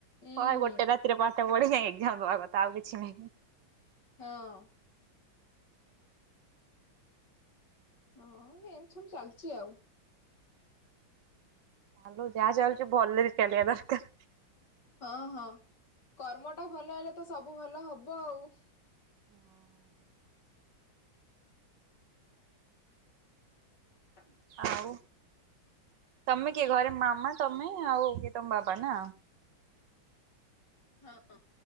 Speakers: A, on the left; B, on the right.
A: ଉୁଁ
B: ହେଇ
A: ହୁଁ
B: ଗୋଟେ ରାତିରେ ପାଠ ପଢିକି ଏକ୍ଜାମ୍ ଦବା କଥା ଆଉ କିଛି ନାହିଁ।
A: ହଁ। ହଁ ହଁ ଏମିତି ସବୁ ଚାଲିଛି ଆଉ।
B: ଆଲୋ, ଯାହା ଚାଲିଛି ଭଲରେ ଚାଲିବା ଦରକାର।
A: ହଁ, ହଁ, କର୍ମଟା ଭଲ ହେଲେ ତ ସବୁ ଭଲ ହବ ଆଉ।
B: <unintelligible>
A: <inaudible>
B: ଆଉ, ତମେ କିଏ ଘରେ ମାମା, ତମେ ଆଉ କିଏ ତମ ବାବା ନା?
A: ହଁ।